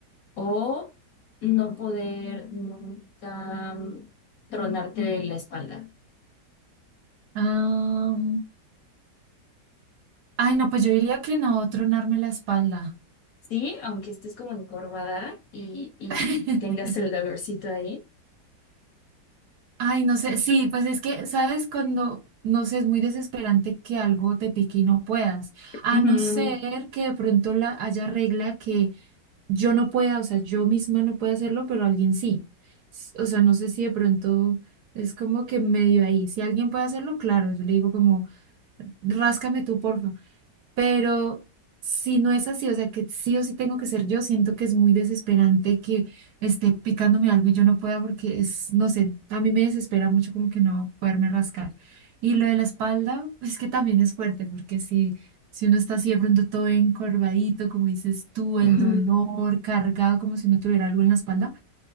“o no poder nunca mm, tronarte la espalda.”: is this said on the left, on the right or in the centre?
Left